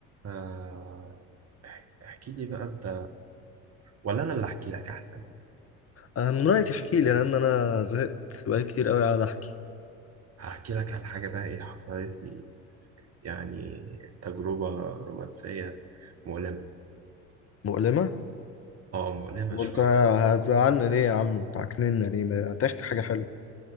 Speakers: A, on the right; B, on the left.
A: آه، احكي لي بقى انت ولا انا اللي احكي لك احسن
B: انا من رايي تحكي لي لان انا زهقت بقالي كتير قوي قاعد احكي
A: هحكي لك على حاجه بقى ايه حصلت لي يعني تجربه رومانسيه مؤلمه
B: مؤلمة؟
A: اه مؤلمه
B: وقلت
A: شويه
B: هتزعلنا ليه يا عم وتعكننا ليه ما تحكي حاجه حلوه